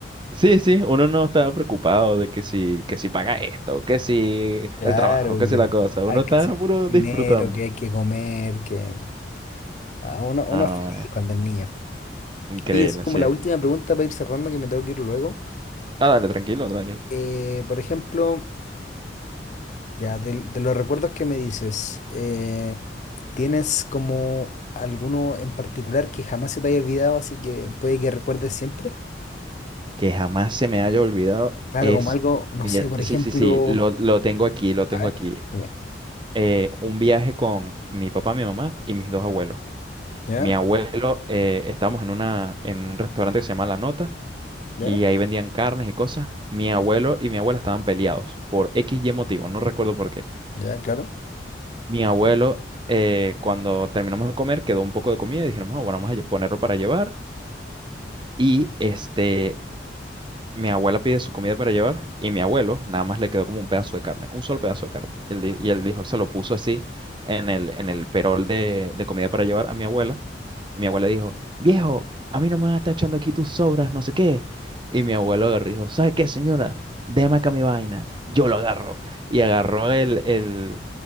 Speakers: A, on the right; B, on the left.
A: Sí, sí, uno no estaba preocupado de que si, que si paga esto, que si
B: Claro,
A: el trabajo, que
B: que
A: si la cosa.
B: hay
A: Uno estaba
B: que hacer
A: puro
B: dinero,
A: disfrutando.
B: que hay que comer, que ah, uno, uno
A: Ah,
B: es feliz cuando es niño.
A: increíble,
B: Oye, así como
A: sí.
B: la última pregunta para ir cerrando, que me tengo que ir luego.
A: Ah, dale, tranquilo, tranquilo.
B: Eh, por ejemplo, Ya, de, de los recuerdos que me dices, eh, ¿tienes como alguno en particular que jamás se te haya olvidado, así que puede que recuerdes siempre?
A: Que jamás se me haya olvidado
B: Claro,
A: es...
B: como algo, no
A: mira,
B: sé, por
A: Sí,
B: ejemplo,
A: sí, sí, lo, lo tengo aquí, lo tengo
B: a ver,
A: aquí.
B: dime.
A: Eh, un viaje con mi papá, mi mamá y mis dos abuelos.
B: ¿Ya?
A: Mi abuelo, eh, estábamos en una, en un restaurante que se llama La Nota
B: ¿Ya?
A: y ahí vendían carnes y cosas. Mi abuelo y mi abuela estaban peleados por X y motivo, no recuerdo por qué.
B: ¿Ya? Claro.
A: Mi abuelo, eh, cuando terminamos de comer, quedó un poco de comida y dijeron, "Ah, bueno, vamos a lle- ponerlo para llevar. Y este, mi abuela pide su comida para llevar y mi abuelo nada más le quedó como un pedazo de carne, un solo pedazo de carne. Y él, di- y él dijo, se lo puso así en el, en el perol de, de comida para llevar a mi abuela. Y mi abuela dijo, viejo, a mí no me vas a estar echando aquí tus sobras, no sé qué. Y mi abuelo agarró y dijo, ¿sabe qué, señora? Deme acá mi vaina, yo lo agarro. Y agarró el, el,